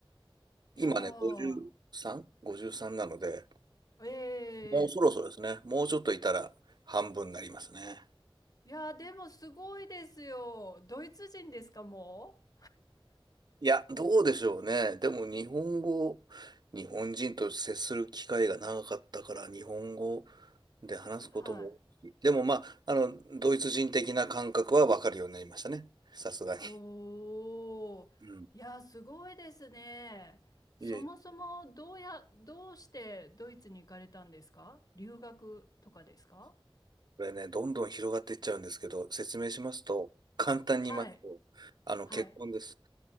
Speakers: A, on the left; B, on the right.
A: いやー、
B: 今ね、53? 53なので、
A: ええ
B: もうそろそろですね。もうちょっといたら半分になりますね。
A: いや、でもすごいですよ。ドイツ人ですか、も
B: いや、どうでしょうね。でも日本語、日本人と接する機会が長かったから、日本語で話すことも、
A: うはい。
B: でもまあ、あの、ドイツ人的な感覚はわかるようになりましたね。さすがに。
A: おー、
B: うん。
A: いや、すごいですね。そもそもどうや、
B: いえいえ。
A: どうしてドイツに行かれたんですか留学とかですか
B: これね、どんどん広がっていっちゃうんですけど、説明しますと、簡単に言いますと、
A: はい、
B: あの、
A: はい。
B: 結婚です。